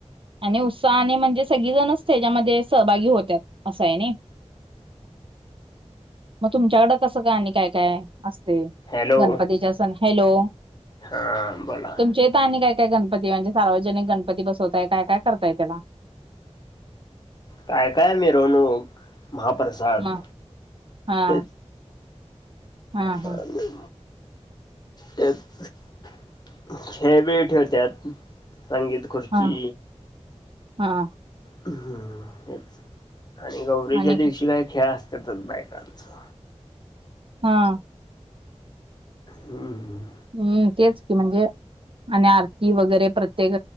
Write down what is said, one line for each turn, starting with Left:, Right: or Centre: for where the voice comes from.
Right: आणि उत्साहाने म्हणजे सगळीजणच त्याच्यामध्ये सहभागी होत्यात असं हाय नी, मग तुमच्याकड कसं कायआणि काय काय? असतयं
Left: हॅलो
Right: गणपतीच्या सण. हॅलो.
Left: हा बोला
Right: तुमच्या इथ आणि काय काय गण पती मध्ये सार्वजनिक गणपती बसवताय काय काय करताय त्याला?
Left: काय काय मिरवणूक. महाप्रसाद
Right: हा हा
Left: हेच.
Right: हा हा
Left: आलो. तेचं -- खेळबीळ ठेवत्यात. संगीत खुर्ची.
Right: हा हा.
Left: हम्म हेच. आणि गौरीच्या
Right: आणि
Left: दिवशी काय खेळा त्यातच बायकांचं.
Right: हं.
Left: हम्म ह.
Right: हम्म तेच कि म्हणजे आणि आरती वगैरे प्रत्येक